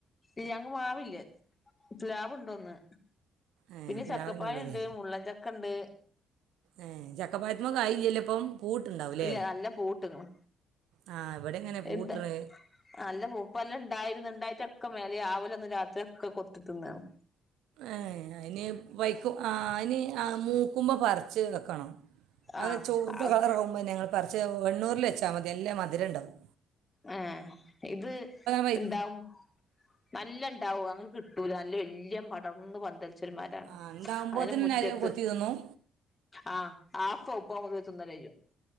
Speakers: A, on the left (about 25°); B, on the right (about 60°).
A: ഇല്ല ഞങ്ങക്ക് മാവില്ല പ്ലാവുണ്ടെന്ന്
B: ഏ
A: പിന്നെ
B: പ്ലാവിനുള്ളൂ
A: ചക്കപ്പയണ്ട്,
B: അല്ലേ
A: മുള്ളൻചക്കണ്ട്,
B: ഏ ചക്കപ്പയത്തിൻമേ കായില്ലല്ലോ ഇപ്പം. പൂട്ടുണ്ടാവും അല്ലേ
A: ഇല്ല നല്ല പൂവിട്ടക്കണ്
B: ആ ഇവിടെ എങ്ങനെ പൂട്ടണ്
A: എന്താ നല്ല പൂപ്പലുണ്ടായിരുന്നു ഇണ്ടായിട്ടൊക്കെ മേലെ വാവല് വന്ന് ഒക്കെ കൊത്തിന്നാണ്.
B: ഏ അയ്ന് വൈക്ക ആ അയ്ന് ആ മൂക്കുമ്പോ പറിച്ച് വെക്കണം അത്
A: ആഹ്
B: ചൊവ്വന്ന
A: ആഹ്
B: കളറാകുമ്പോ ഞങ്ങ പറച്ച് വെണ്ണൂറില് വെച്ചാ മതി നല്ല മധുരം ഇണ്ടാകും.
A: ഏ ഇത്
B: വൈ
A: ഇണ്ടാവും നല്ലം ണ്ടാവും അങ്ങ് കിട്ടൂല നല്ല വല്യ പടർന്ന് പന്തൽ ഒരു മരാണ്.
B: ആ ഉണ്ടാവുമ്പോത്തിന്
A: അത് പോലെ മുറ്റത്ത്
B: അരി കൊത്തി തിന്നും
A: ആ ആഫ് <unintelligible> ഒക്കെ വന്ന് തിന്നലയ്യും